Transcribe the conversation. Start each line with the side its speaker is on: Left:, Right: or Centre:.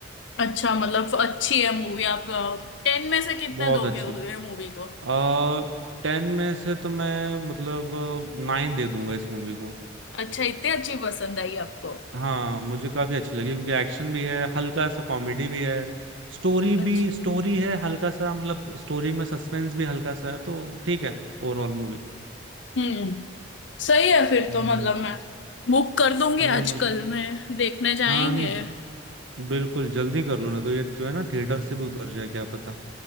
Left: अच्छा मतलब अच्छी है मूवी आप टेन में से कितने
Right: बहुत
Left: दोगे
Right: अच्छी
Left: उस-
Right: है
Left: ये मूवी को
Right: आ, टेन में से तो मैं मतलब नाइन दे दूंगा इस मूवी को
Left: अच्छा इतनी अच्छी पसंद आई आपको
Right: हाँ मुझे काफी अच्छी लगी क्योंकि एक्शन भी है हल्का सा कॉमेडी भी है स्टोरी
Left: अच्छा
Right: भी स्टोरी है हल्का सा मतलब स्टोरी में सस्पेंस भी हल्का सा है तो ठीक है ओवरऑल मूवी
Left: हम्म सही है फिर
Right: हम्म
Left: तो मतलब मैं बुक कर दूंगी
Right: हम्म
Left: आजकल मैं देखने जाएंगे
Right: हाँ नहीं बिल्कुल जल्दी कर लो ना तो ये जो है ना थिएटर से भी उतर जाए क्या पता